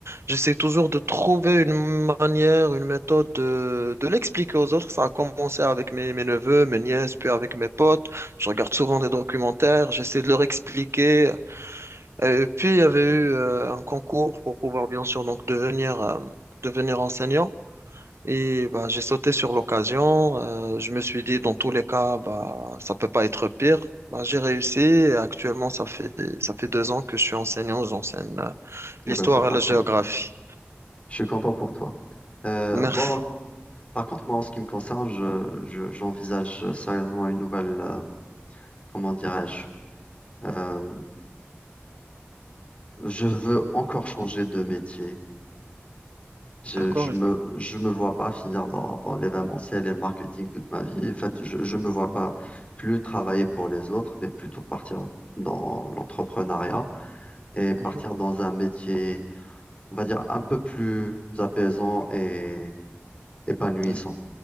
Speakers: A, on the right (about 80°); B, on the left (about 30°).
A: J'essaie toujours de trouver une manière, une méthode de, de l'expliquer aux autres. Ça a commencé avec mes, mes neveux, mes nièces, puis avec mes potes. Je regarde souvent des documentaires, j'essaie de leur expliquer. Et puis, il y avait eu euh, un concours pour pouvoir, bien sûr, donc devenir, euh, devenir enseignant. Et bah, j'ai sauté sur l'occasion. Euh, je me suis dit, dans tous les cas, bah, ça peut pas être pire. Bah, j'ai réussi. Et actuellement, ça fait, ça fait deux ans que je suis enseignant. J'enseigne euh,
B: Eh
A: l'histoire
B: ben, c'est parfait.
A: et la géographie.
B: Je suis content pour toi. Euh,
A: Merci.
B: bon, par contre, moi, en ce qui me concerne, je, je- j'envisage sérieusement une nouvelle, euh, comment dirais-je? Euh, je veux encore changer de métier. Je,
A: D'accord.
B: je me, je me vois pas finir dans, dans l'événementiel et le marketing toute ma vie. En fait, je, je me vois pas plus travailler pour les autres, mais plutôt partir dans l'entrepreneuriat et partir
A: Mhm.
B: dans un métier, on va dire, un peu plus apaisant et épanouissant.
A: Donc,